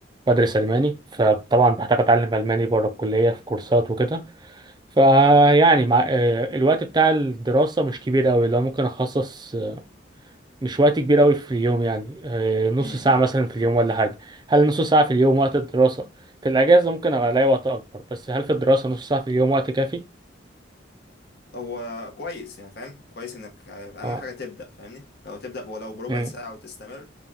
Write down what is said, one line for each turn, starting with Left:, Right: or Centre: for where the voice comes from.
Right: بدرس ألماني فطبعا بحتاج أتعلم ألماني بره الكلية في كورسات وكده فيعني مع آه، الوقت بتاع الدراسة مش كبير أوي لو ممكن أخصص آه، مش وقت كبير أوي في اليوم يعني آه، نص
Left: -م
Right: ساعة
Left: -م.
Right: مثلا في اليوم ولا حاجة هل نص ساعة في اليوم وقت الدراسة في الأجازة ممكن أبقى ألاقي وقت أكبر بس هل في الدراسة نص ساعة في اليوم وقت كافي؟
Left: هو كويس يعني فاهم كويس إنك آه، أهم
Right: اه
Left: حاجة تبدأ فاهمني لو تبدأ ولو بربع
Right: مم.
Left: ساعة وتستمر